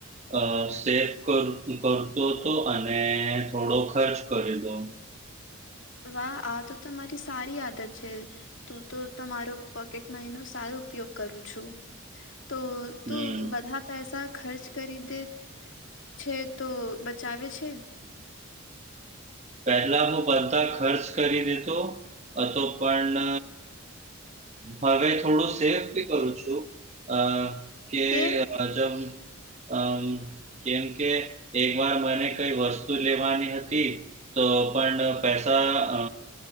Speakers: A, on the right (about 30°); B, on the left (about 60°).
A: અ સેફ કર કરતો હતો અને થોડો ખર્ચ કરી દો
B: વાહ આ તો તમારી સારી આદત છે તું તો તમારો પોકેટ મની નો સારો ઉપયોગ કરું છું તો
A: હમ
B: તોું બધા પૈસા ખર્ચ કરી દે છે તો બચાવે છે
A: પેલા હું બધા ખર્ચ કરી દીધું હતો પણ હવે થોડું સેફ બી કરું છું અ કે
B: કેમ
A: હજમ અમ કેમ કે એક વાર મને કઈ વસ્તુ લેવાની હતી તો પણ પૈસા અ